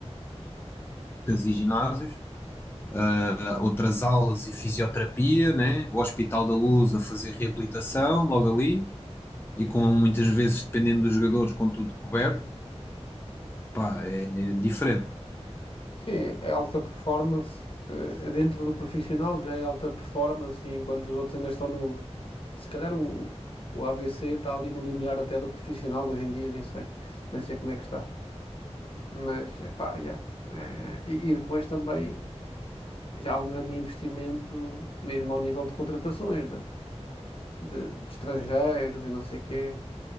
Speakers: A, on the left; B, on the left.
A: parques e ginásios, a outras aulas e fisioterapia, né, o Hospital da Luz a fazer reabilitação logo ali e com muitas vezes, dependendo dos jogadores, com tudo coberto. Pá, é, é diferente.
B: Sim, é alta performance. eh, Dentro do profissional já é alta performance, e enquanto os outros ainda estão no. Se calhar o, o ABC está ali no limiar até do profissional hoje em dia, nem sei. Nem sei como é que está. Mas, epá, yeah. Eh, E, e depois também já há um grande investimento, mesmo ao nível de contratações, né? De, de estrangeiros e não sei quê.